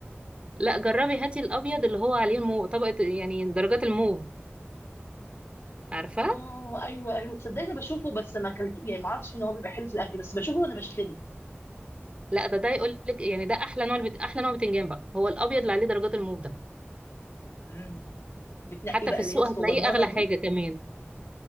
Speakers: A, on the right; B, on the left.
A: لا جربي هاتي الأبيض اللي هو عليه المو طبقة يعني درجات الموف
B: <laughs>
A: عارفاه
B: اه ايوه ايوه تصدقني انا بشوفه بس ما اكلت يعني ما اعرفش ان هو بيبقى حلو في الاكل بس بشوفه وانا بشتري
A: لا ده ده يقول لك يعني ده أحلى نوع البت... أحلى نوع بتنجان بقى هو الأبيض اللي عليه درجات الموف ده
B: امم بتنقي
A: حتى
B: بقى
A: في السوق
B: اللي هي الصغننه
A: هتلاقيه أغلى
B: دي
A: حاجة كمان